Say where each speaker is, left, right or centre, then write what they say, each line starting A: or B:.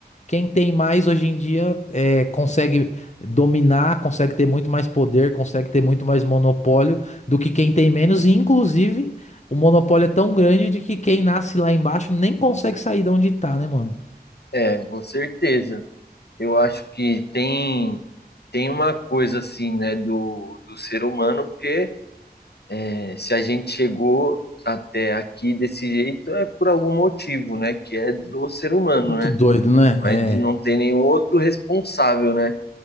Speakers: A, on the left (about 45°); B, on the left (about 75°).
A: Quem tem mais hoje em dia é, consegue dominar, consegue ter muito mais poder, consegue ter muito mais monopólio do que quem tem menos. E, inclusive, o monopólio é tão grande de que quem nasce lá embaixo nem consegue sair de onde tá, né, mano?
B: É, com certeza. Eu acho que tem, tem uma coisa, assim, né, do, do ser humano, porque É, Se a gente chegou até aqui desse jeito é por algum motivo, né? Que é do ser humano,
A: Muito
B: né?
A: doido, né?
B: Mas
A: É.
B: de não ter nenhum outro responsável, né?